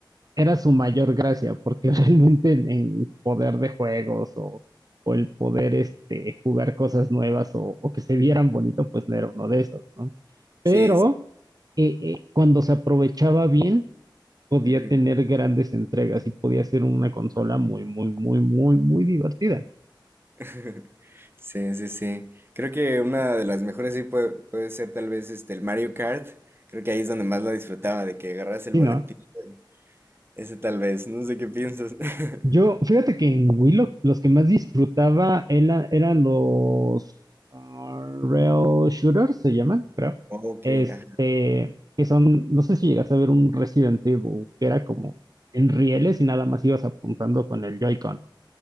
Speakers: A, on the right (about 50°); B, on the right (about 30°).
A: era su mayor gracia, porque <laughs> realmente en, en poder de juegos o, o el poder este, jugar cosas nuevas o, o que se vieran bonito, pues no era uno de esos, ¿no? Pero...
B: Sí, sí.
A: eh, eh, cuando se aprovechaba bien, podía
B: ujú.
A: tener grandes entregas y podía ser una consola muy, muy, muy, muy, muy divertida.
B: <laughs> Sí, sí, sí. Creo que una de las mejores sí puede, puede ser tal vez este, el Mario Kart. Creo que ahí es donde más lo disfrutaba, de que agarras el
A: Y
B: volantito.
A: no,
B: y- Ese tal vez, no sé qué piensas. <laughs>
A: yo, fíjate que en Wii Willow los que más disfrutaba era- eran los ah, Rail Shooters, se llaman, creo.
B: Ok,
A: Este,
B: ajá.
A: que son, no sé si llegas a ver un Resident Evil, que era como en rieles y nada más ibas apuntando con el Joy-Con.